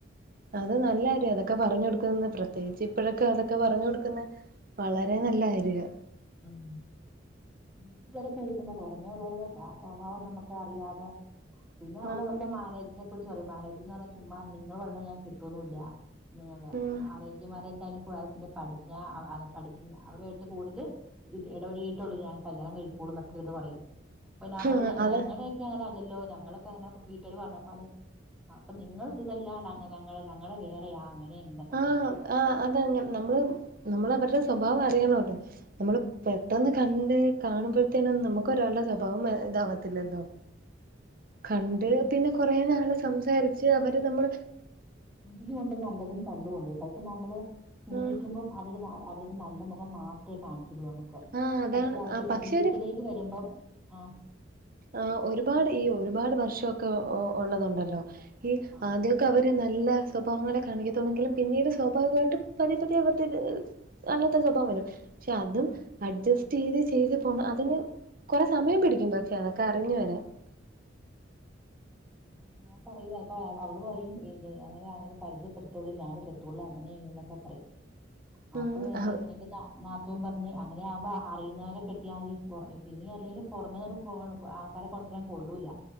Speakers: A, on the right; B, in the centre.
A: അത് നല്ലാര്യ അതൊക്കെ പറഞ്ഞ് ടുക്കുന്ന പ്രത്യേച്ച് ഇപ്പഴൊക്കെ അതൊക്കെ
B: ആഹ്
A: പറഞ്ഞു കൊടുക്കുന്നെ.. വളരെ നല്ല കാര്യാ
B: <inaudible> വീട്ടില് ള്ള വർ. പേടികുമ്പോ. പുറമേ ഉള്ളരുടെ സ്വഭാവം നമുക്ക് അറിയാതെ.. പിന്നെ അവള്
A: ആന്ന്
B: അവളുടെ മാരെജിനെ. കുറിച്ച് പറയു. മാരെജന്ന് പറഞ്ഞ ചുമ്മ നിങ്ങള് പറണത് ഞാൻ കേട്ടോവൊന്നുല്ല്യ.. നിങ്ങ
A: ഉം
B: ആരോഗ്യമേരേജ് പ്പോ പഠിക്ക പഠിക്കുന്ന അവരുയിട്ട് കൂടുതൽ ഇത് ഇടപെയിട്ടുള്ള ഞാൻ കല്യാണം കയിക്കുള്ളൂ. ന്നൊക്കെ ഇര്ന്ന്. പറയും അപ്പൊ ഞാൻ പറഞ്ഞ്
A: ആഹ്
B: യേ
A: അതെ
B: അങ്ങനെകെ.. കി അങ്ങനെ അല്ലോ ഞങ്ങളൊക്കെ അങ്ങനെ വീട്ടില് പറഞ്ഞപ്പോ. അഹ്.. അപ്പൊ നിങ്ങൾ സുതല്ല ഞങ്ങള് ഞങ്ങളുടെ വേറെയാ അങ്ങനെ ഇങ്ങനെക്കെ.
A: ആഹ്
B: പറഞ്ഞേ..
A: ആഹ് അതങ്ങെ നമ്മള് നമ്മൾ അവര്ടെ സ്വഭാവ അറിയണല്ലോ നമ്മൾപെ.. പെട്ടന്ന് കണ്ട് കാണുമ്പോഴത്തേനും നമുക്ക് ഒരാളുടെ സ്വഭാവം ഇതാവാത്തില്ലല്ലോ.. കണ്ട് പിന്നെ കൊറെ നാൾ സംസാരിച്ച് അവര് നമ്മൾ..
B: അതിലുണ്ട് നല്ലതും തള്ളൂണ്ട് ഇപ്പ നമ്മള് സ്നേഹിക്കുമ്പം..
A: ആഹ്
B: അവര് അവരുടെ നല്ല മുഖം മാത്രെ കാണിചെരുള്ളൂ. നമ്മക്.
A: ആഹ് അതാണ്
B: പഷെ അവര്
A: ആഹ് പക്ഷെ
B: ജീവിതത്തിലേക്ക് വരുമ്പം ആ..
A: ആ ഒരുപാട് ഈ ഒരുപാട് വർഷക്കെ ഉള്ളതുണ്ടല്ലോ ഈ
B: ആ
A: ആദ്യ. ക്ക. അവര് നല്ല സ്വഭാവങ്ങളെ കാണിക്കത്തള്ളെങ്കിലും. പിന്നീട് സ്വാഭാവികയിട്ട് പതിയ പതിയെ അവരുടെ.. അല്ലാത്ത സ്വഭാവ വരു പഷെ
B: ഉം
A: അതും.. അഡ്ജസ്റ്റ് യ്ത് ചെയ്ത് പോണം അതിന് കൊറെ സമയം പിടിക്കും പക്ഷെ അതൊക്കെ അറിഞ്ഞു വരാൻ..
B: ആ
A: <inaudible>
B: ആലോ ഞാൻ പറയു അപ്പ അവ അവള് പറയും എ അങ്ങനെ പരിചയപ്പെടുത്തുള്ളൂ ഞാൻ കെട്ടുയുള്ളൂ അങ്ങനെ എങ്ങനെന്നൊക്കെ പറയും. അപ്പൊ
A: ഉം ആഹ്
B: എന്റത്താ നാത്തും പർഞ്ഞ് അങ്ങനെയാമ്പോ അ അറിയുന്നോരെ കെട്ടിയാമതി. <unintelligible> പിന്നെ എല്ലേലും പൊറമെ <unintelligible> പോ <unintelligible> അ കാരെ കൊണ്ട്രാൻ കൊള്ളൂല.